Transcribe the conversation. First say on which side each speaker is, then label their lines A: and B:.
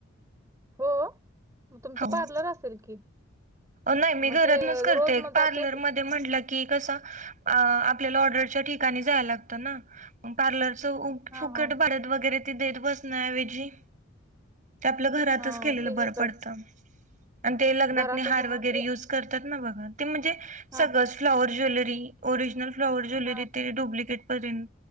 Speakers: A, on the right; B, on the right.
A: हो मग तुमचं
B: हो
A: पार्लर असेल की?
B: नाही मी
A: मग
B: घरातनच
A: ते अ,
B: करते
A: रोज मग
B: एक पार्लरमध्ये
A: जाताय का?
B: म्हंटलं की कसं अ आपल्याला ऑर्डरच्या ठिकाणी जायला लागतं ना पार्लरच उब फुकट
A: हा हा
B: भारत वगैरे ती देत बसण्याऐवजी ते आपलं घरातच
A: हा
B: केलेलं
A: ते
B: बरं
A: हे कर
B: पडतं आणि ते लग्नात
A: घरातच
B: हा
A: मग ते
B: स करत्यात ना बागा ते म्हणजे
A: हा
B: सगळच फ्लाँअर ज्वेलरी ओरीजणल फ्लॉवर ज्वेलरी
A: हा
B: ते डुप्लिकेट करीन